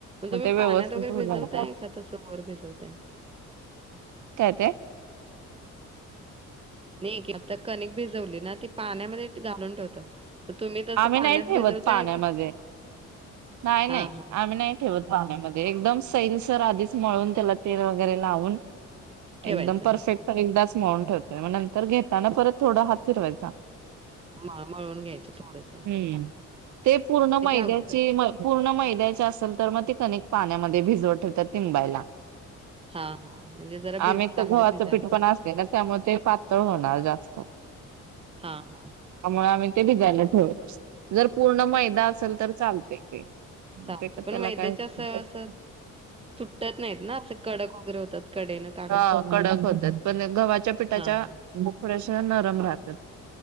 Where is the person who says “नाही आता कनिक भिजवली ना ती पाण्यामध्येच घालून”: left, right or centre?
Right